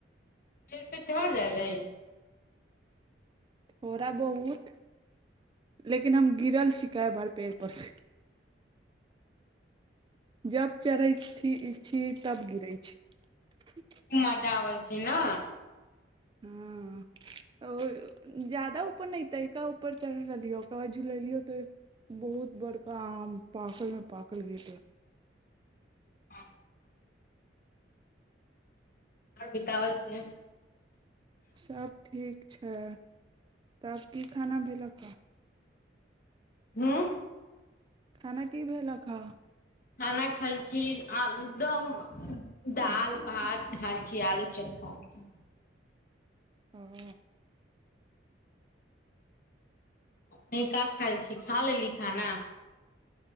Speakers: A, on the left; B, on the right.
A: पेड़ पे चढ़ जाै।
B: थोड़ा बहुत, लेकिन हम गिरल छीिकै बार पेड़ पर से। जब चरैत छी तब गिरै छी।
A: ख मजा आल छी ने।
B: हँ ओ जादा ऊपर नहि तयका ऊपर चढ़ रहलियै ओकर बाद झुलेलियौ तऽ बहुत बड़का आम पाकलमे पाकल गिर
A: ह। आओर बितावल छै।
B: सब ठीक छै, तब की खाना भेलक हे?
A: हँ।
B: खाना की भेल ह खा
A: खाना खाइ छी आदम दाल भात खाइ छी आलू चप खा छी।
B: ह।
A: नहि काक खाइ छी, खा लेली खाना?